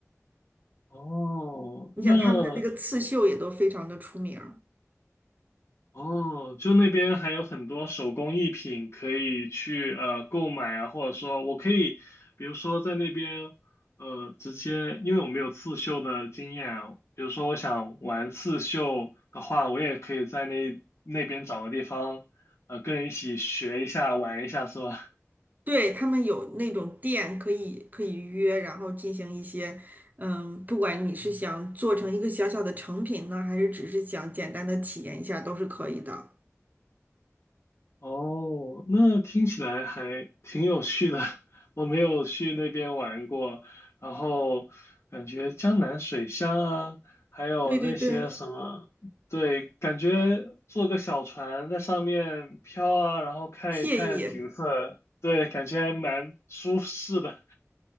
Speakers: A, on the left; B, on the right.
A: 哦，
B: 你想他们的那个刺绣也都非常的出名儿。
A: 那哦，就那边还有很多手工艺品可以去呃购买啊，或者说我可以，比如说在那边呃直接，因为我没有刺绣的经验啊，比如说我想玩刺绣的话，我也可以在那那边找个地方，呃，跟人一起学一下，玩一下，是吧？
B: 对，他们有那种店可以可以约，然后进行一些，嗯，不管你是想做成一个小小的成品呢，还是只是想简单的体验一下，都是可以的。
A: 哦，那听起来还挺有趣的。<laughs> 我没有去那边玩过，然后感觉江南水乡啊，还有那些什么，
B: 对对对，
A: 对，感觉坐个小船在上面飘啊，然后看一看景色，
B: 惬意，
A: 对，感觉还蛮舒适的，